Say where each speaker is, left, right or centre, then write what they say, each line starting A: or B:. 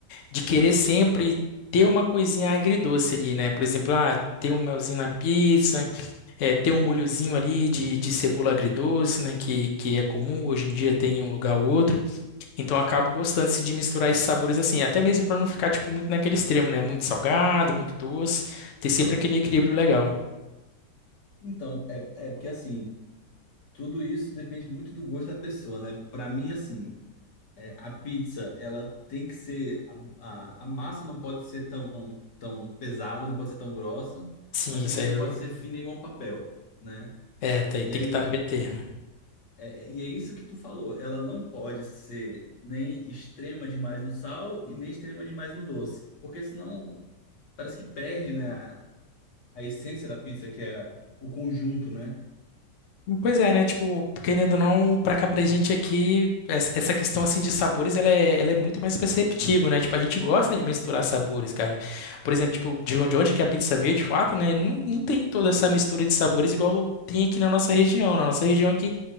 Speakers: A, on the left; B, on the left.
A: de querer sempre ter uma coisinha agridoce ali, né? Por exemplo, ah, ter um melzinho na pizza, é, ter um molhozinho ali de, de cebola agridoce, né, que, que é comum hoje em dia tem em um lugar ou outro. Então eu acabo gostando assim, de misturar esses sabores assim, até mesmo para não ficar tipo muito naquele extremo, né? Muito salgado, muito doce, ter sempre aquele equilíbrio legal.
B: Então, é, é porque assim, tudo isso depende muito do gosto da pessoa, né? Pra mim, assim, é, a pizza, ela tem que ser. A, a, a massa não pode ser tão, tão pesada, não pode ser tão grossa,
A: Sim,
B: mas também
A: isso aí
B: não
A: eu-
B: pode ser fina igual um papel, né?
A: é, tá aí,
B: E
A: tem
B: aí,
A: que estar no meio termo.
B: é, e é isso que tu falou, ela não pode ser nem extrema demais no sal e nem extrema demais no doce, porque senão parece que perde, né? a essência da pizza, que é o conjunto, né?
A: Pois é, né? Tipo, querendo ou não, pra cá pra gente aqui, essa essa questão assim de sabores, ela é, ela é muito mais perceptível, né? Tipo, a gente gosta de misturar sabores, cara. Por exemplo, tipo, de onde de onde que é a pizza veio, de fato, né? Não, não tem toda essa mistura de sabores igual tem aqui na nossa região. Na nossa região aqui,